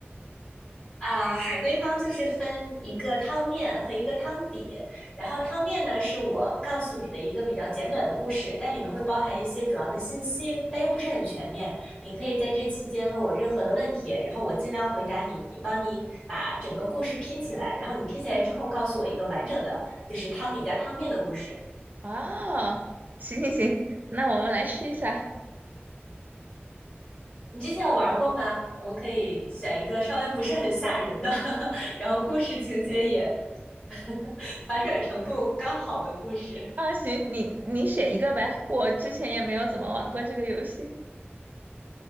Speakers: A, on the left (about 25°); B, on the right (about 45°).
A: 啊，海龟汤就是分一个汤面和一个汤底，然后汤面呢是我告诉你的一个比较简短的故事，但里面会包含一些主要的信息，但又不是很全面。你可以在这期间问我任何的问题，然后我尽量回答你，帮你把整个故事拼起来，然后你拼起来之后告诉我一个完整的，就是汤底加汤面的故事。
B: 啊，行行行，那我们来试一下。
A: 你之前有玩过吗？我们可以选一个稍微不是很吓人的，<laughs> 然后故事情节也 <laughs> 反转程度刚好的故事。
B: 啊，行，你你选一个呗，我之前也没有怎么玩过这个游戏